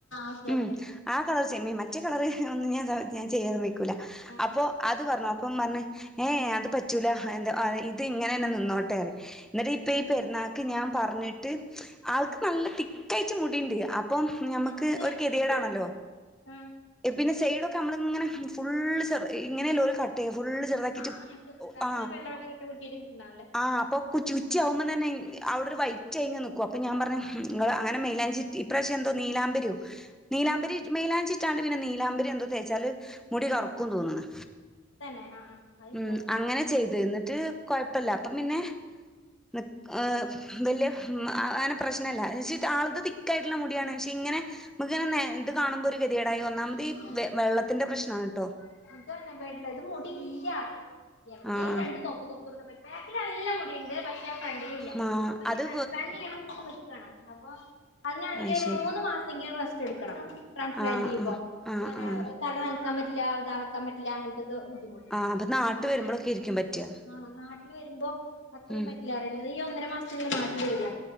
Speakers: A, on the left; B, in the centre.
A: ഓക്കെ
B: ഉം
A: ഓക്കെ
B: ആഹ്, കളർ ചെയ്യും. മറ്റെ കളറ് ഒന്നും ഞാൻ താ ഞാൻ ചെയ്യാനു പേ ക്കുല
A: ആഹ്
B: അപ്പൊ,
A: ആഹ്
B: അത് പറഞ്ഞു. അപ്പം പറഞ്ഞ്. ഏഹ് അത് പറ്റൂലാ എന്താ അ ഇത് ഇങ്ങനെന്നെ നിന്നോട്ടേ പറയും എന്നിട്ട് ഇപ്പ
A: ഉം
B: ഈ പെര്ന്നാ ക്ക് ഞാൻ പറഞ്ഞിട്ട്. ക് ആൾക്ക് നല്ല തിക്കായ്ട്ട് മുടിണ്ട് അപ്പം
A: ആഹ്
B: ഞമ്മക്ക്
A: ഇത് നേരെ
B: ഒരു കെത്യേടാണല്ലൊ
A: തിരിച്ച് ആഹ്
B: പിന്നെ സൈഡൊക്കെ നമ്മളിങ്ങനെ ഫുള് ഇങ്ങനല്ലെഓല് കട്ട് ചെയ്യാ ഫുള് ചെറ്താക്കിറ്റ്
A: ആഹ് അപ്പൊ
B: ആ
A: ഇങ്ങനെ വെള്ള വെള്ള കെട്ട് കുത്തിയിട്ട് നിക്കുന്നാണല്ലേ
B: ആ അപ്പൊച്ച ഉച്ച ആകുമ്പോ തന്നെ അവിടെ ഒരു വൈ <unintelligible> നിക്കോ അപ്പ ഞാൻ പറഞ്ഞു നിങ്ങള് അങ്ങനെ മൈയിലഞ്ചി ഇറ്റ് ഇപ്രാവശ്യം എന്തോ നീലാമ്പരിയോ നീലാംമ്പരി
A: ആഹ്
B: മെലാഞ്ചി ഇട്ടാണ്ട് പിന്നെ, നീലാമ്പരി എന്തോ തേച്ചാല് മുടി കറ്ക്കും തോന്ന് ണ്.
A: തന്നെ ആഹ് ആഹ് അത് എനിക്കറിയില്ലട്ടോ
B: ഉം, അങ്ങനെ ചെയ്ത്. ഇന്നിട്ട് കൊയപ്പല്ല. അപ്പം, പിന്നെ നിക്, ഏഹ് വല്യ ഉംമ് അങ്ങനെ പ്രശ്നല്ല ന്നുച്ച ആളത് തിക്കായിട്ടുള്ള മുടിയാണ് പക്ഷെ ഇങ്ങനെ നമ്മുക്ക് ഇങ്ങനെ ഇത് കാണുമ്പോ ഒരു ഗെതികെടായി വന്നാമതീ
A: ആഹ്
B: വെള്ളത്തിന്റെ
A: ഇത്
B: പ്രശ്നാണ് ട്ടോ
A: അതാണ് വേ ഇള്ളത് മുടി ഇല്ല എവിടെയും
B: ആഹ്
A: രണ്ട് തൊപ്പ്‌ തൊ ബാക്കില് നല്ല മുടിണ്ട് പക്ഷെ ഫ്രണ്ടിലില്ല
B: മാ
A: അപ്പൊ ഇഞ്ഞി
B: അത്
A: ട്രാൻസ്പ്ലാന്റ് ചെയ്യണം ന്നിട്ട് അപ്പൊ അതിനാണെങ്കി
B: അയ്
A: ഒരു
B: ശരി
A: മൂന്ന് മാസെങ്കി റസ്റ്റ് എടുക്കണം ട്രാൻസ്‌പ്ലാ
B: ആഹ്
A: തിപ്പൊ
B: ആഹ് ആഹ്
A: പിന്നെ
B: ആഹ്
A: തല നൻക്കാൻ പറ്റില്ല ഇതാക്കാൻ പറ്റില്ല അങ്ങൻത്തൊക്കെ ബുദ്ധി
B: ആഹ് അപ്പൊ നാട്ട്
A: അങ്ങനെ
B: വരുമ്പോഴൊക്കെ ഇരിക്കും പറ്റാ
A: ആഹ് നാട്ടില് വരുമ്പം അത്രേം
B: ഉം
A: പറ്റി കുറഞ്ഞത് ഈ ഒന്നര മാസത്തിന് അല്ലേ നാട്ടില് വെരാ